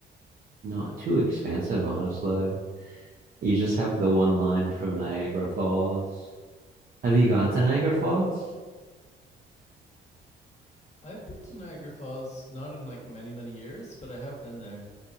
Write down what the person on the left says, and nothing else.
I've been to Niagara Falls not in like many many years, but I have been there.